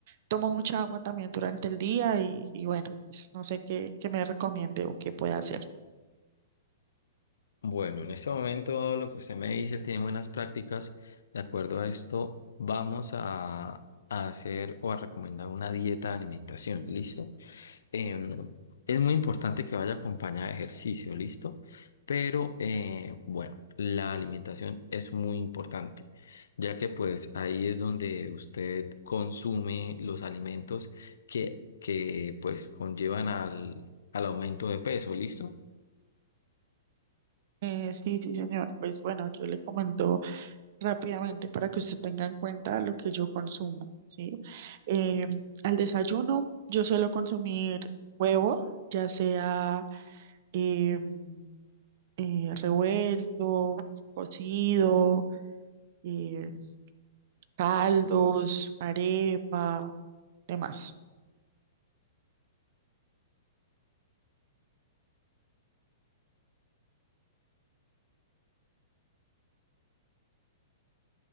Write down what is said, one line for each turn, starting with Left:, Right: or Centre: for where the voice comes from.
Right: tomo mucha agua también durante el día y, y bueno, pues, no sé qué, qué me recomiende o qué pueda hacer.
Left: Bueno, en este momento lo que usted me dice tiene buenas prácticas. De acuerdo a esto, vamos a, a hacer o a recomendar una dieta de alimentación, ¿listo? Em, es muy importante que vaya acompañada de ejercicio, ¿listo? Pero eh, bueno, la alimentación es muy importante, ya que pues ahí es donde usted consume los alimentos que, que pues conllevan al, al aumento de peso, ¿listo?
Right: Eh, sí, sí, señor. Pues bueno, yo le comento rápidamente para que usted tenga en cuenta lo que yo consumo, ¿sí? Eh, al desayuno yo suelo consumir huevo, ya sea em, eh, revuelto, cocido, em, caldos, arepa, demás.